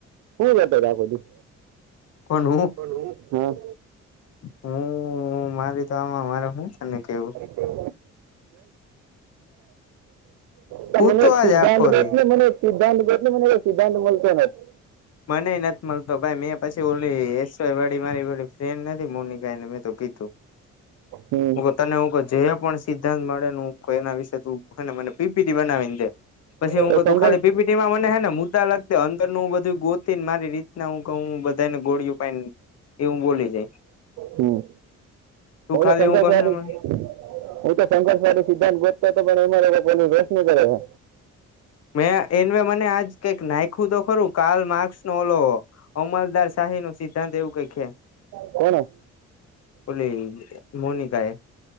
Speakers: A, on the right; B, on the left.
A: હું લેટર આ બધું
B: કોનું?
A: પણ હું હું
B: હું હું મારી તો આમાં મારે હું તને કેવું?
A: કેમ? તમે
B: હું
A: મેં
B: તો આજ
A: સિદધાંત
B: આખો
A: દેત
B: દી
A: ને મને સિદધાંત દેત ને મને સિદ્ધાંત બલતો નથી.
B: મને નથી મળતો ભાઈ મેં પછી ઓલી એસવાય મારી ઓલી ફ્રેન્ડ નથી મોનીકા એને મેં તો કીધું. તો
A: હમ
B: હું તને હું જે પણ સિદ્ધાંત મળે ને હું એના વિશેે તું હેને મને પીપીટી બનાવીને દે. પછી હું
A: તો
B: બધું
A: સંઘર્ષ
B: ખાલી પીપીટીમાં મને હે ને મુદ્દા લખતી અંદર નું મેં બધું ગોતીને મારી રીત ના હું કવ બધાને ગોળિુયુ પાયને એ હું બોલી દય.
A: હમમ ઓલા
B: ખાલી
A: પંજા
B: હું કહે
A: શાળી
B: ને મને
A: એ તો સંઘર્ષવાદી સિદ્ધાંત બોતો હતો પણ એમાં લોકોની રોશની કરે છે.
B: મેં એમને મને આજ તક નાયખું તો ખરું કાલ માકર્સ ને ઓલો અમલદાર શાહી નું સિદ્ધાંત એવું કંઈક હે.
A: કોણ?
B: ઓલી મોનીકા એ